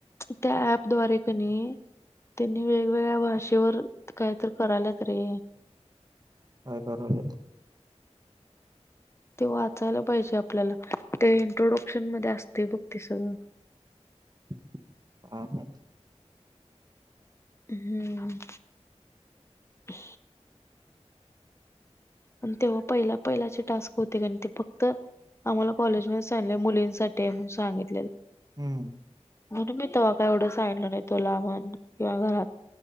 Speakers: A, on the left; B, on the right.
A: त्या ॲप द्वारे कनी त्यांनी वेगवेगळ्या भाषेवर काहीतर करायलयात रे
B: होय बरोबर.
A: ते वाचायला पाहिजे आपल्याला ते इंट्रोडक्शन मध्ये असतंय बघ ते सगळं.
B: <inaudible> हा, हा.
A: हम्म. <inaudible> आणि तेव्हा पहिला पहिलाचे टास्क होते कणी ते फक्त आम्हाला कॉलेजवेळेस त्यांनी मुलींसाठी आहे म्हणून सांगितलेलं.
B: हम्म
A: <inaudible> म्हणून मी तेव्हा काय एवढं सांगितलं नाही तुला म्हण किंवा घरात.